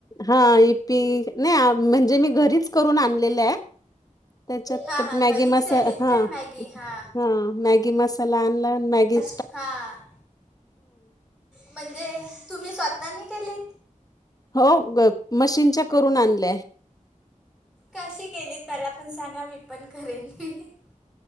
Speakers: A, on the left; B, in the centre.
A: हा इपी नाही आ म्हणजे मी घरीच करून आणलेलं हाय. त्याच्यात
B: हां हां घरीच
A: मॅगी मसा
B: केलीत
A: हा,
B: काय मॅगी हां
A: हा, मॅगी मसाला आणला. मॅगी
B: हा. म्हणजे, तुम्ही स्वतःनी केली.
A: हो. ग मशीनच्या करून आणल्याय.
B: कशी केलीत? मला पण सांगा. मी पण करेन. <unintelligible>